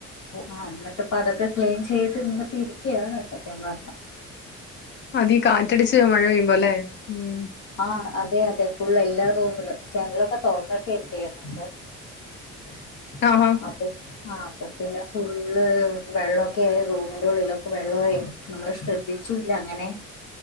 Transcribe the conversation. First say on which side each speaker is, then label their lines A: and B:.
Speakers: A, on the left; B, on the left.
A: ആ എന്നിട്ടിപ്പ അതൊക്കെ ക്ലീൻ- ചെയ്ത് ഇന്നിപ്പ ഇരിക്കാണ് സത്യം പറഞ്ഞാ.
B: അതീ കാറ്റടിച്ച് മഴ പെയ്യുമ്പോലെ, ഉം..
A: ആഹ അതെ അതെ ഫുളള് എല്ലാ- റൂമിലും ജനങ്ങളൊക്കെ തോറന്നിട്ട് ഇരിക്കായിരുന്നു. <unintelligible>
B: ആഹാ.
A: ആഹാ. പിന്നെ ഫുള്ള് വെള്ളം ഒക്കെ- ആയി റൂമിൻ്റെ ഉള്ളിലൊക്കെ- വെള്ളം ആയി നമ്മൾ ശ്രദ്ധിച്ചു ഇല്ല, അങ്ങനെ.